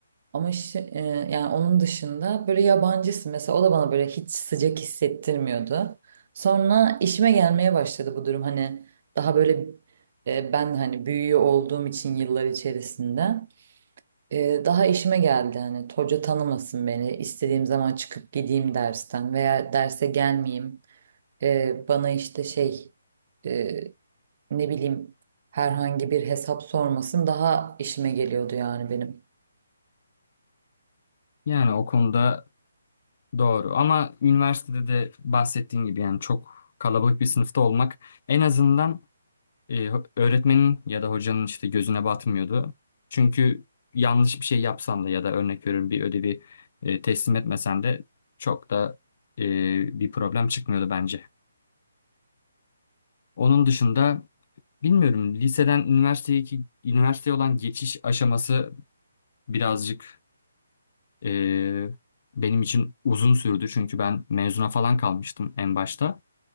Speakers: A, on the right (about 50°); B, on the left (about 50°).
A: Ama şi- e, yani onun dışında böyle yabancısın mesela o da bana böyle hiç sıcak hissettirmiyordu. Sonra işime gelmeye başladı bu durum hani daha böyle e, ben hani büyüğü olduğum için yıllar içerisinde e, daha işime geldi hani hoca tanımasın beni istediğim zaman çıkıp gideyim dersten veya derse gelmeyeyim E, bana işte şey e, ne bileyim herhangi bir hesap sormasın daha işime geliyordu yani benim.
B: Yani o konuda doğru. Ama üniversitede de bahsettiğim gibi yani çok kalabalık bir sınıfta olmak en azından e, öğretmenin ya da hocanın işte gözüne batmıyordu. Çünkü yanlış bir şey yapsan da ya da örnek veriyorum bir ödevi e, teslim etmesen de çok da e, bir problem çıkmıyordu bence. Onun dışında Bilmiyorum. Liseden üniversiteye ki üniversiteye olan geçiş aşaması birazcık eee, benim için uzun sürdü. Çünkü ben mezuna falan kalmıştım en başta.